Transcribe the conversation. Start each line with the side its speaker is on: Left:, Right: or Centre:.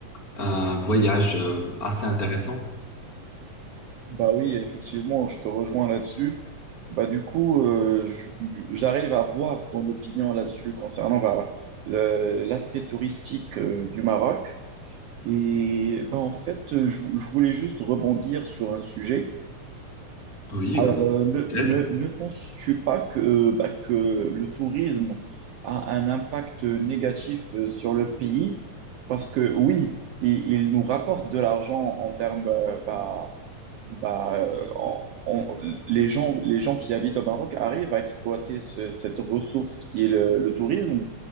Left: un voyage euh, assez intéressant.
Right: Bah oui, effectivement, je te rejoins là-dessus. Bah du coup, euh, je- j'arrive à voir ton opinion là-dessus concernant bah, le- l'aspect touristique euh, du Maroc. Et ben, en fait, euh, je, vou- je voulais juste rebondir sur un sujet.
Left: Oui,
Right: Alors,
Left: euh,
Right: euh, ne,
Left: nickel.
Right: ne, ne penses-tu pas que, bah, que le tourisme a un impact négatif euh, sur le pays? Parce que oui, il, il nous rapporte de l'argent en termes euh, bah, bah, euh, en- on- les gens, les gens qui habitent au Maroc arrivent à exploiter ce- cette ressource qui est le, le tourisme,